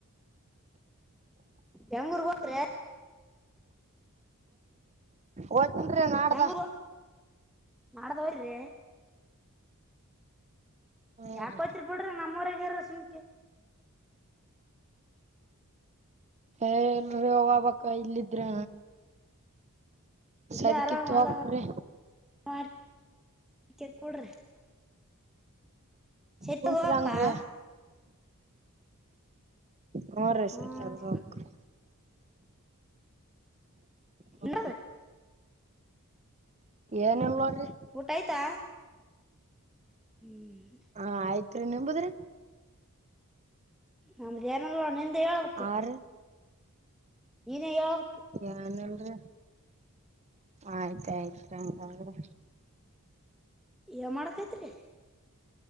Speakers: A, in the centre; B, on the right.
A: ಬೆಂಗಂಗೂರ್ ವಕ್ರ
B: ಹೋಗ್ತೀನ್ರಿ ನಾಡ್ದ
A: ತಂಗೂರು ನಾಡದ ವರೀ
B: ಹ್ಞೂ
A: ಯಾಕೋತ್ರಿ
B: ರೀ
A: ಬಿಡ್ರ ನಮ್ಮವ್ರಗರ ಸುಂಖಿ
B: ಎಲ್ರಿೀ ಹಬಕ್ ಇಲ್ಲಿದ್ರ
A: ಇಲ್ಲ
B: ಸದಕಿತ್
A: ಆರಾಮ
B: ಹೋಗ್ಬೇಕ್ರಿ
A: ಅಲ ನ ಚಕೂಡ ಸತ
B: ಕುಂತ್ರಿ
A: ಗಲಬ
B: ಹಂಗ್ರಿ
A: ಕಾ
B: ಹ್ಞೂ ರೀ
A: ಹ್ಮ್
B: ಸತ್ಯ ಹೋಗ್ಬೇಕ್ರಿ ಹ್ಞೂ
A: ಇ
B: ಏನಲ್ ನೋಡ್ರಿ
A: ಊಟ ಆಯ್ತಾ ಹ್ಮ್
B: ಹಾ ಆಯ್ತ್ರಿ ನಿಂಬುದ್ರಿ
A: ನಂಬರಿ ಯಾರಣ ನೀಂತ ಯಳವಕ
B: ಆರ
A: ನೇ ಹೇಳಕ್
B: ಏನಲ್ರ ಆಯ್ತಾಯ್ತು ಹಂಗಾದ್ರೆ
A: ಎ ಮಾಡಳಕತರೆ